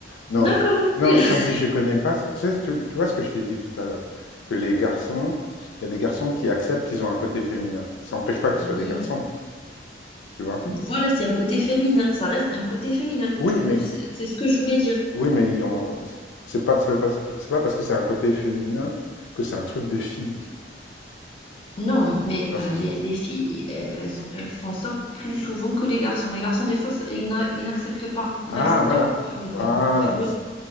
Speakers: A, on the left (about 75°); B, on the left (about 30°).
A: Non,
B: D'accord.
A: je, co- non,
B: ok.
A: quand je dis je connais pas, c'est- tu sais, tu, tu vois ce que je t'ai dit tout à l'heure, que les garçons, il y a des garçons qui acceptent qu'ils ont un côté féminin. Ça n'empêche pas qu'ils
B: Oui.
A: soient des garçons, tu vois.
B: Voilà, c'est un côté féminin. Ça reste un côté féminin.
A: Oui,
B: Tu-
A: mais
B: tu- C'est c'est ce que je voulais dire.
A: oui, mais ils ont- c'est pas, ça veut pas, c'est pas c'est pas parce que c'est un côté féminin que c'est un truc de fille
B: Non, mais
A: dans
B: euh,
A: ce
B: les,
A: sens-là.
B: les filles, i- elles, elles ont- elles font ça plus souvent que les garçons. Les garçons, des fois, ça- ils n'a- ils n'acceptent pas. Ils
A: Ah,
B: n'acceptent
A: voilà,
B: même pas de le faire.
A: voilà,
B: Tu vois?